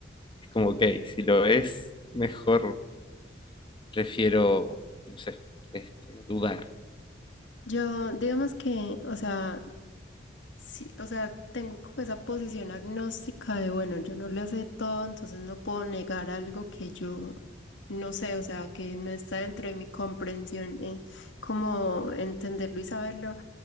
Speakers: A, on the left (about 25°); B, on the left (about 85°).
A: es como, ok, si lo es, mejor prefiero, no sé, este, dudar.
B: Yo, digamos que, o sea, Sí, o sea, tengo como esa posición agnóstica de, bueno, yo no lo sé todo, entonces no puedo negar algo que yo no sé, o sea, que no está dentro de mi comprensión, eh, como entenderlo y saberlo,